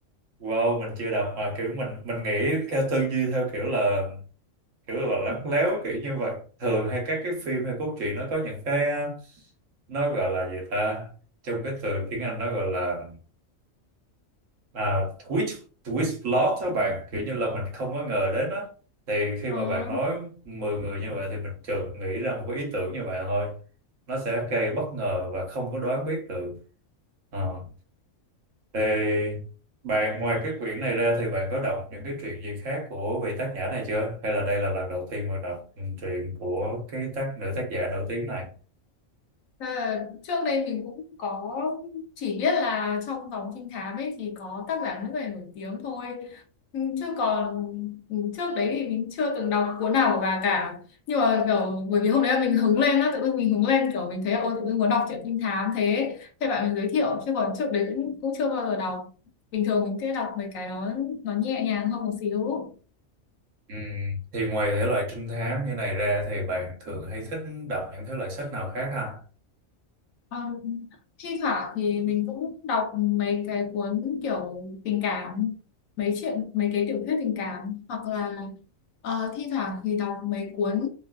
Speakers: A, on the right; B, on the left.
A: wow mình chưa đọc mà kiểu mình mình nghĩ theo tư duy theo kiểu là kiểu là lắt léo kiểu như vậy thường hay các cái phim hay cốt truyện nó có những cái nó gọi là gì ta trong cái từ tiếng Anh nó gọi là à, twist twist plot đó bạn kiểu như là mình không có ngờ đến á thì khi
B: ờ.
A: mà bạn nói 10 người như vậy thì mình chợt nghĩ ra một cái ý tưởng như vậy thôi nó sẽ gây bất ngờ và không có đoán biết được Ờ. thì bạn ngoài cái quyển này ra thì bạn có đọc những cái truyện gì khác của vị tác giả này chưa hay là đây là lần đầu tiên mình đọc ừ, truyện của cái tác nữ tác giả nổi tiếng này
B: Thế là trước đây mình cũng có chỉ biết là trong dòng trinh thám ấy thì có tác giả nước ngoài nổi tiếng thôi Ừ, chứ còn ừ, trước đấy thì mình chưa từng đọc cuốn nào của bà cả nhưng mà kiểu bởi vì hôm đấy mình hứng lên á tự dưng mình hứng lên kiểu mình thấy là ôi tự dưng muốn đọc truyện trinh thám thế thế bạn mình giới thiệu chứ còn trước đấy cũng cũng chưa bao giờ đọc bình thường mình sẽ đọc mấy cái nó nó nhẹ nhàng hơn một xíu
A: ừ. thì ngoài thể loại trinh thám như này ra thì bạn thường hay thích đọc những thể loại sách nào khác ha
B: Ờ, thi thoảng thì mình cũng đọc mấy cái cuốn kiểu tình cảm mấy chuyện mấy cái tiểu thuyết tình cảm hoặc là ờ, thi thoảng thì đọc mấy cuốn